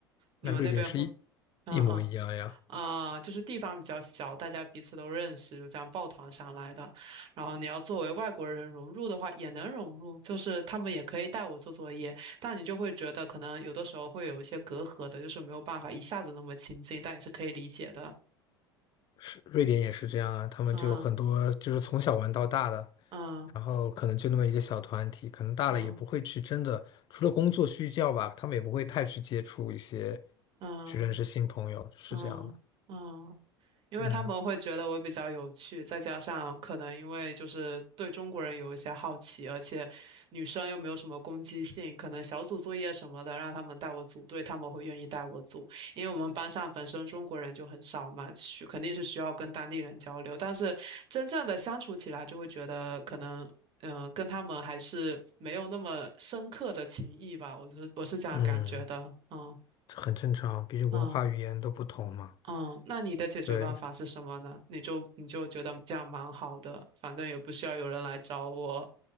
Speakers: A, on the right; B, on the left.
A: 你们那边会？
B: 那瑞典是一
A: 嗯嗯
B: 一模一样呀，
A: 啊、就是地方比较小，大家彼此都认识，就这样抱团上来的。然后你要作为外国人融入的话，也能融入，就是他们也可以带我做作业，但你就会觉得可能有的时候会有一些隔阂的，就是没有办法一下子那么亲近，但也是可以理解的。
B: 是瑞典也是这样啊，他们就很多就是从小玩到大的，
A: 嗯嗯
B: 然后可能就那么一个小团体，可能大了也不会去真的，
A: 嗯
B: 除了工作需要吧，他们也不会太去接触一些，
A: 嗯
B: 去认识新朋友，是这样的。
A: 嗯嗯嗯因为他们会觉得我比较有趣，
B: 嗯
A: 再加上可能因为就是对中国人有一些好奇，而且女生又没有什么攻击性，可能小组作业什么的让他们带我组队，他们会愿意带我组，因为我们班上本身中国人就很少嘛，需肯定是需要跟当地人交流，但是真正的相处起来就会觉得可能。嗯，跟他们还是没有那么深刻的情谊吧，我是我是这样感觉的，
B: 嗯，
A: 嗯。
B: 这很正常，毕竟文化语言都不同嘛。
A: 嗯嗯，那你的解决办法是什么呢？
B: 对，
A: 你就你就觉得这样蛮好的，反正也不需要有人来找我